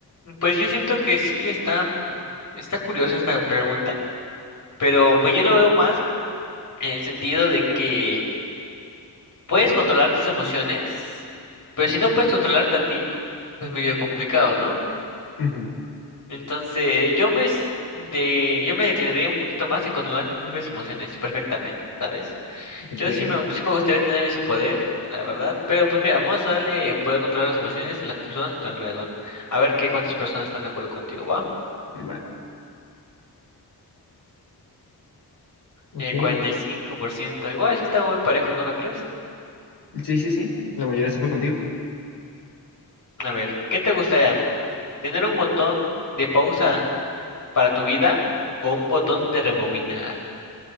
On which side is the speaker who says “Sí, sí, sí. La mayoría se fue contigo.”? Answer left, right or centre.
Left